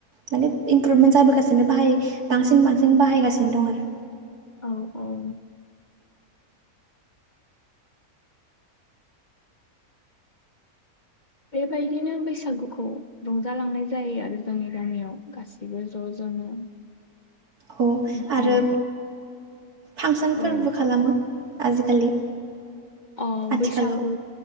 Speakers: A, on the right; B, on the left.
A: माने इमप्रुभमेन्ट जाबोगासिनो बाहाय बांसिन बांसिन बाहायगासिनो दं आरो।
B: औ औ बेबायदिनो बैसागुखौ रंजालांनाय जायो आरो जोंनि गामियाव गासैबो ज' ज'नो। <inaudible>
A: औ
B: ओमफाय
A: आरो फांसनफोरबो
B: औ
A: खालामो आजिखालि।
B: अ
A: आथिखालाव
B: बैसागु